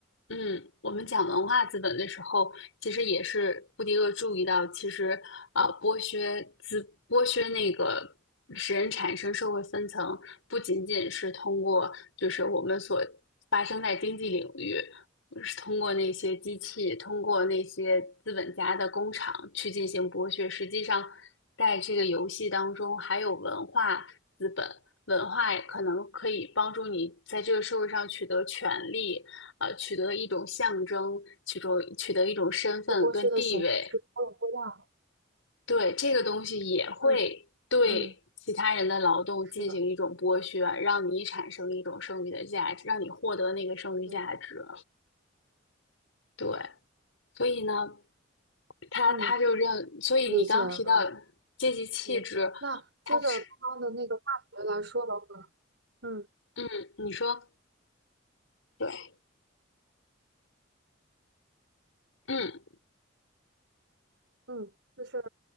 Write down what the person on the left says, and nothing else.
嗯，我们讲文化资本的时候，其实也是布迪厄注意到，其实啊、
呃剥削资剥削那个使人产生社会分层，不仅仅是通过就是我们所发生在经济领域，是通过那些机器，通过那些资本家的工厂去进行剥削，实际上在这个游戏当中还有文化资本。文化可能可以帮助你在这个社会上取得权利，呃，取得一种象征，取得取得一种身份跟地位。
对，这个东西也会对其他人的劳动进行一种剥削，
让你产生一种剩余的价值，让你获得那个剩余价值。
对，所以呢，他他就认，
所以你刚刚提到
阶级气质，
他是，
嗯，你说对，嗯。